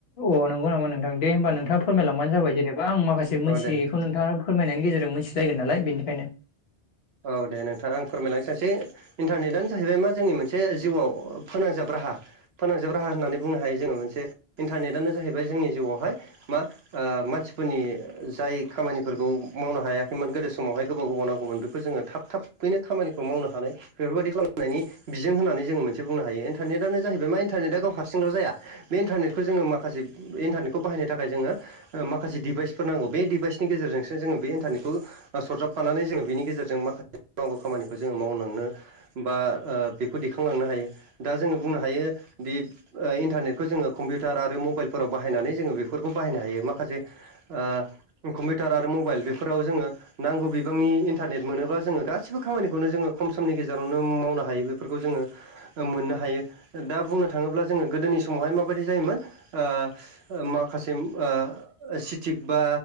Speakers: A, on the left; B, on the right.
A: अ नंगौ नामा नोंथां दे होमबा नोंथाङा फोरमायलांबानो जाबाय जेनेबा आं माखासे मोनथि
B: औ दे
A: थ' नोंथाङा फोरमायनायनि गेजेरजों मोनथि लायगोन नालाय बेनिखायनो
B: औ दे नोंथाङा आं फोरमायलां <unintelligible> इन्टारनेटनो जाहैबाय मा जोंनि मोनसे जिउआव फोनांजाब राहा फोनांजाब राहा होननानै बुंनो हायो जोङो मोनसे इन्टारनेटनो जाहैबाय जोंनि जिउआवहाय मा ओ मानसिफोरनि जाय खामानिफोरखौ मावनो हायाखैमोन गोदो समावहाय गोबाव गोबाव नांगौमोन बे खौ जोङो थाब थाबैनो खामानिखौ मावनो हानाय बेफोरबायदि खालामनायनि बिजों होननानै जोङो मोनसे बुंनो हायो इन्टारनेटआनो जाहैबाय मा इन्टारनेटआ गाव हारसिंल' जाया बे इन्टारनेटखौ जोङो माखासे ओ इन्टारनेटखौ बाहायनो थाखाय जोङो ओ माखासे दिभाइसफोर नांगौ बे डिभाइसनि गेजेरजोंसो जोङो बे इन्टारनेटखौ ओ सरजाप फानानै जोङो बेनि गेजेरजों जों माखासे मावनांगौ खामानिखौ जोङो मावलांनो बा ओ बेखौ दिखांलांनो हायो दा जोङो बुंनो हायो दि ओ इन्टारनेटखौ जोङो कम्पिउटार आरो मबाइलफोराव बाहायनानै जोङो बेफोरखौ बाहायनो हायो माखासे ओ कम्पिउटार आरो मबाइल बेफोराव जोङो नांगौ बिबांनि इन्टारनेट मोनोबा जोङो गासिबो खामानिखौनो जोङो खम समनि गेजेरावनो मावनो हायो बेफोरखौ जोङो मोननो हायो दा बुंनो थाङोब्ला जोङो गोदोनि समावहाय माबायदि जायोमोन ओ ओ माखासे मा ओ सिटिक बा